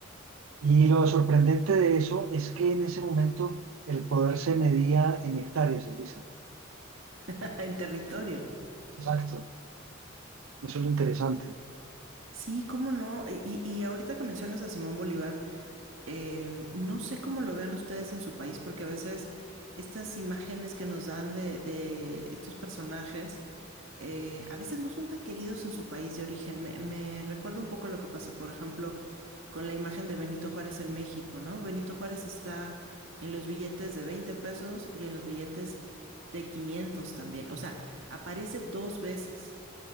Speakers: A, on the right; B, on the right.
A: Y lo sorprendente de eso es que en ese momento el poder se medía en hectáreas, Elisa.
B: <laughs> en territorio.
A: Exacto, eso es lo interesante.
B: Sí, cómo no. Y, y- y ahorita que mencionas a Simón Bolívar, em, no sé cómo lo vean ustedes en su país, porque a veces estas imágenes que nos dan de, de estos personajes, eh, a veces no son tan queridos en su país de origen. Me, me recuerda un poco lo que pasa, por ejemplo, con la imagen de Benito Juárez en México, ¿no? Benito Juárez está en los billetes de 20 pesos y en los billetes de 500 también. O sea, aparece dos veces.